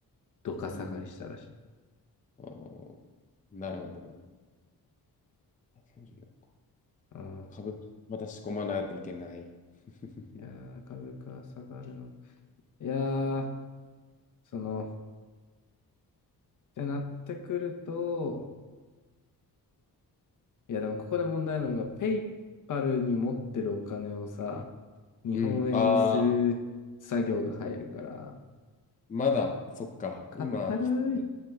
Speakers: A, on the left; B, on the left.
A: どか下がりしたらしい。
B: うん。あーなるほど、なるほど。1 4か。
A: ああ、
B: 株、また仕込まないといけない。<laughs>
A: いやー、株価下がるの。いやー、その、ってなってくると、いや、でもここで問題なのが、ペイパルに持ってるお金をさ、日本円にする作業が入るから、
B: うん、ああ、まだ、そっか。
A: かったるい。
B: 今、きついね。